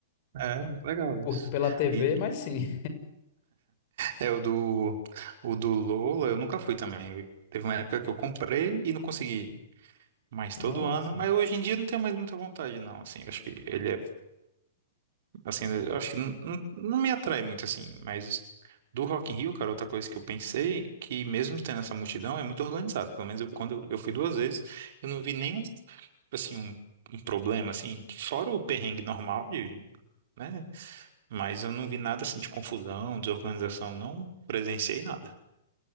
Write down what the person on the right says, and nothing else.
É, muito legal
isso.
E,
É, o do, o do Lola, eu nunca fui também. Eu- teve uma época que eu comprei e não consegui. Mas
todo ano. Mas hoje em dia eu não tenho mais muita vontade, não. Assim, eu acho que ele é. Assim, eu acho que não, não, não me atrai muito, assim. Mas do Rock in Rio, cara, outra coisa que eu pensei, que mesmo tendo essa multidão, é muito organizado. Pelo menos eu, quando eu, eu fui duas vezes, eu não vi nenhum, assim, um, um problema, assim. Fora o perrengue normal, de, né? Mas eu não vi nada, assim, de confusão, desorganização. Não presenciei nada.